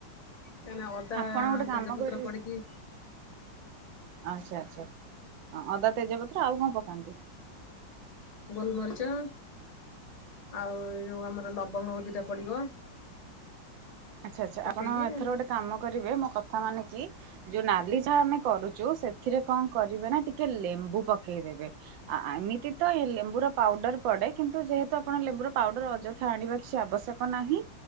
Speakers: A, on the left; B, on the right.
A: ନା, ନା ଅଦା
B: ଆପଣ ଗୋଟେ କାମ
A: ତେଜପତ୍ର
B: କରିବେ
A: ପଡିକି
B: ଆଚ୍ଛା, ଆଚ୍ଛା ହଁ ଅଦା ତେଜପତ୍ର ଆଉ କଣ ପକାନ୍ତି?
A: ଗୋଲମରିଚ ଆଉ ଏଇ ଯୋଉ ଆମର ଲବଙ୍ଗ ଦିଟା ପଡିବ।
B: ଆଚ୍ଛା, ଆଚ୍ଛା
A: ପକେଇକି
B: ଆପଣ ଏଥର
A: ହୁଁ
B: ଗୋଟେ କାମ କରିବେ, ମୋ କଥା ମାନେ କି ଯୋଉ ନାଲି ଚାହା ଆମେ କରୁଛୁ! ସେଥିରେ କଣ କରିବେ ନା ଟିକେ ଲେମ୍ବୁ ପକେଇଦେବେ। ଏମିତି ତ ଏ ଲେମ୍ବୁର ପାଉଡର ପଡେ କିନ୍ତୁ ଯେହେତୁ ଆପଣ ଲେମ୍ବୁର ପାଉଡର ଅଯୋ ହାଣିବା କିଛି ଆବଶ୍ୟକ ନାହିଁ।